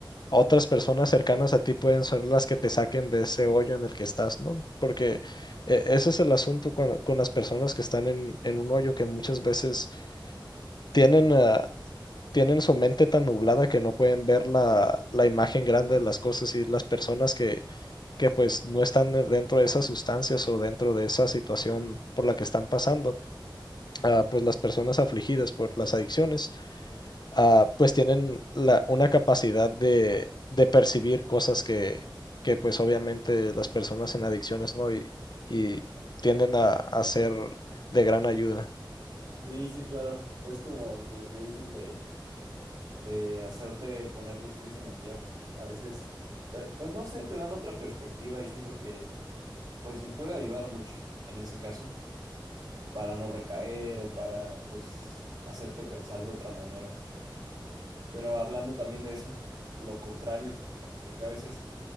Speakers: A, on the left; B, on the right.
A: otras personas cercanas a ti pueden ser las que te saquen de ese hoyo en el que estás, ¿no? Porque eh, ese es el asunto cuando con las personas que están en, en un hoyo que muchas veces tienen, ah, tienen su mente tan nublada que no pueden ver la, la imagen grande de las cosas y las personas que, que pues no están eh, dentro de esas sustancias o dentro de esa situación por la que están pasando ah, pues las personas afligidas por las adicciones, ah, pues tienen la, una capacidad de, de percibir cosas que, que pues obviamente las personas en adicciones no y, y tienden a, a ser de gran ayuda.
B: Sí, sí, claro. Es como lo que dicen de... de hacerte poner los pies en la tierra. A veces, te- pues no sé, te dan otra perspectiva y siento que pues puede ayudar mucho en ese caso para no recaer o para pues hacerte pensar de otra manera. Pero hablando también de eso, lo contrario, porque a veces